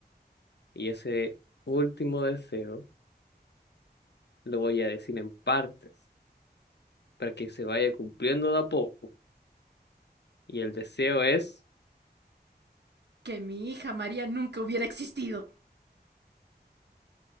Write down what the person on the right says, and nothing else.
Que mi hija María nunca hubiera existido.